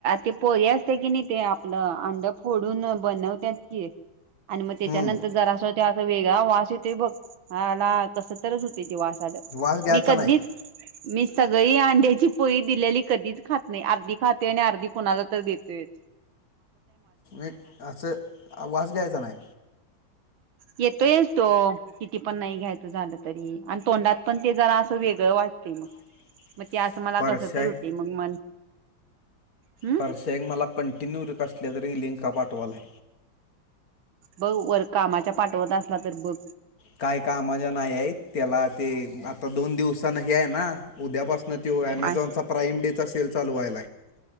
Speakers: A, on the right (about 75°); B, on the left (about 50°).
A: ते पोळी असते की नाय ते आपलं अंड फोडून बनव त्यात की आणि मग त्याच्यानंतर
B: हम्म
A: जरा असं हो असा वेगळा वास येतोय बघ हला कसंतरच होतय ते वास न
B: वास घ्यायचा
A: मी कधीच
B: नाही
A: मी सगळी अंड्याची पोळी दिलेली कधीच खात नाय अर्धी खाते आणि अर्धी कोणाला तर देतोयच.
B: एक असं वास घ्यायचा नाय.
A: येतोयच तो किती पण नाही घ्यायचं झालं तरी आणि तोंडात पण ते जरा असं वेगळं वाट ते मग
B: <inaudible>
A: म ते असं मला
B: परशाय
A: कसंतर होतंय मग मन हम्
B: परश्या एक मला कंटिन्यू र कसल्या तरी लिंका पाठवालाय.
A: बग वर कामाच्या पाठवत असला तर बघ.
B: काय कामाच्या नाही आहेत त्याला ते आता दोन दिवसानं हे आहे ना उद्यापासन तो अमेझॉनचा
A: काय
B: प्राईम डे चा सेल चालू व्हायला <unintelligible>